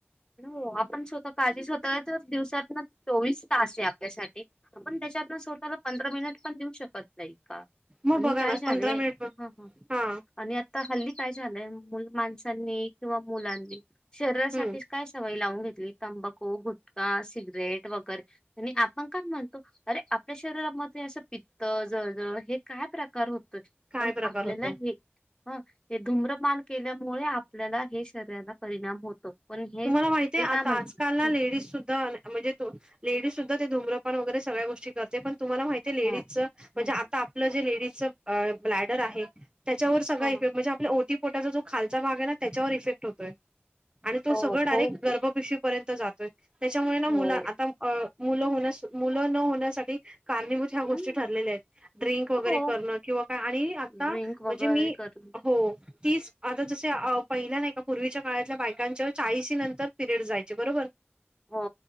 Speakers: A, on the left (about 20°); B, on the right (about 20°).
A: हो आपण स्वतः काळजी स्वतः तर दिवसात ना चोवीस तास आहे आपल्यासाठी आपण त्याच्यात स्वतःला पंधरा मिनिट पण देऊ शकत नाही का
B: मग
A: आणि
B: बघा
A: काय
B: ना
A: झाले
B: पंधरा मिनिट
A: ह ह
B: हा
A: आणि आता आता हल्ली काय झालंय मुल माणसांनी किंवा मुलांनी शरीरासाठी
B: हम्म
A: सवय लावून घेतली तंबाकू गुटखा सिगरेट वगैरे आणि आपण काय म्हणतो अरे आपल्या शरीरामध्ये असं पित्त जळजळ हे काय प्रकार होतोय
B: काय
A: पण
B: प्रकार
A: आपल्याला
B: होतो
A: हे ह ते धूम्रपन केल्यामुळे आपल्याला हे शरीराला परिणाम होतो पण हे
B: तुम्हाला माहतीय
A: ते
B: आता
A: काय म्हणतात
B: आजकालला ना लेडीज सुद्धा म्हणजे तो लेडीज सुद्धा ते धम्रपान वगरे सगळ्या गोष्टी ते पण तुम्हाला माहिती लेडीज
A: ह
B: म्हणजे
A: ह
B: आता आपलं जे लेडीजच ब्लॅडर आहे त्याच्यावर
A: ह
B: सगळा इफेक्ट म्हणजे आपल्याओटी पोटाचा जो खाल भाग आहे ना त्याच्यावर इफेक्ट होतोय आणि तो
A: हो
B: सगळं
A: खूप
B: डायरेक्ट
A: खूप.
B: गर्भपिशीवी पर्यंत जातोय त्याच्यामुळे ना मुला
A: हो
B: आता अ मुलं होण्यास मुलं न होण्यासाठी कारणीभूत ह्या गोष्टी
A: हं,
B: ठरलेल्या आहेत ड्रिंक वगैरे
A: हो
B: करणं किंवा काय आणि आता
A: ड्रिंक
B: म्हणजे
A: वगैरे
B: मी
A: करून
B: हो तीस आता जसे पहिल्या नाही का पूर्वीच्या काळातल्या बायकांच्या चाळीस नंतर पिरियड जायचे बरोबर
A: हो